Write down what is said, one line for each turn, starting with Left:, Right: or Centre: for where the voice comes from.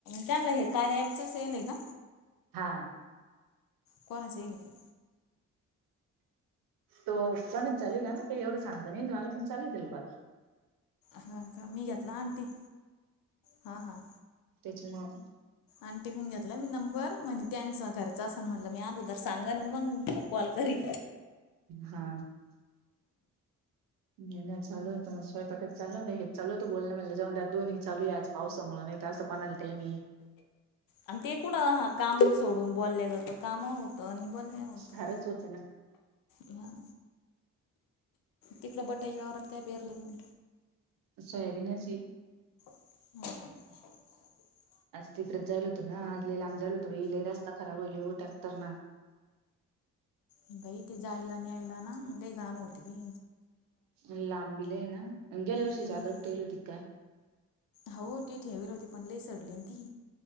Left: त्यांना हे कार्य ॲप् येईल का?
Right: हा
Left: कोनाचं हे?
Right: तो चालन चालन का ना काही एवढं सांगत नाही मला पण चालेल तिला पास
Left: हा का मी घेतला आंटी हा हा
Right: <unintelligible>
Left: आण तिकून घेतला मी नंबर म्हणजे त्यांच घरचा असेल म्हणलं मी अगोदर सांगन मग कॉल घरी
Right: हा.. नाही नाही ल तर मग सवयपाकत चाल हे लतो बोल म्हणलं जऊन द दोन् चालू आज पावसामुळेणून त्यावसा पणाल टय म.
Left: आणि ते कुठं हा काम सोडून बोलले जातं काम होत. जवन नाही होतो
Right: फारच होतं ना
Left: ह. तिकला बटायच्या आवरात काय पेरलं जाऊ?
Right: सोयाबीनची.
Left: हम.
Right: आज तिकडेत जायला होतो ना आजलेला आम्ही जायल होतोले रस्ता खराब होईल हो टॅक् तर ना.
Left: बाई ते जायला नाही यायला ना काही गाण होती बी.
Right: लांबिले आहे ना गेल्या वर्षी
Left: हम्म
Right: जाद्रक ठेल होती काय?
Left: हो तेी ठेवेल होती पण लई सडली ती.